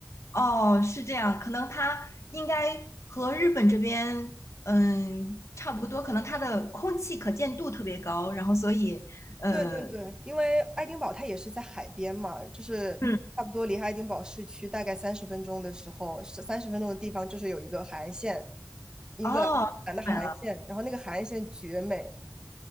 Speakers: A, on the left; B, on the right.
A: 哦，是这样，可能它应该和日本这边，嗯，差不多，可能它的空气可见度特别高，然后所以，呃，
B: 对对对，因为爱丁堡它也是在海边嘛，就是差不多离爱丁堡市区大概三十分钟的时候，
A: 嗯，
B: 三十分钟的地方就是有一个海岸线，英格兰苏格兰的海岸线，
A: 哦，日本了，
B: 然后那个海岸线绝美，